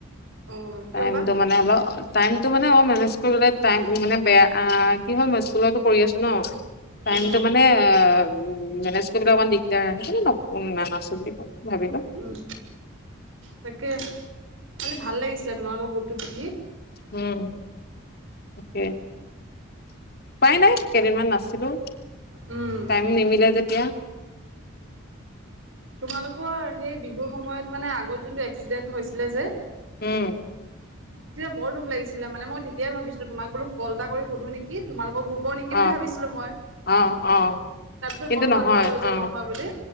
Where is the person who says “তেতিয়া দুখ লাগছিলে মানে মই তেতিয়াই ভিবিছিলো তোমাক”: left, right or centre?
Right